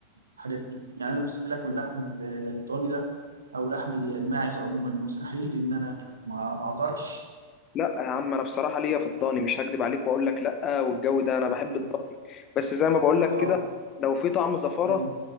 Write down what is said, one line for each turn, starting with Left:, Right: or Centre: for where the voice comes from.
Right: الحاجات دي يعني أنا مستحيل أكل لحم ال- الضاني ده أو لحم الماعز عموما مستحيل إن أنا أكله ما ما أقدرش
Left: لا يا عم انا بصراحه ليا في الضاني مش هكدب عليك واقول لك لا والجو ده انا بحب
Right: مم.
Left: الضاني بس زي ما بقول لك
Right: أه
Left: كده لو في طعم زفاره
Right: مم.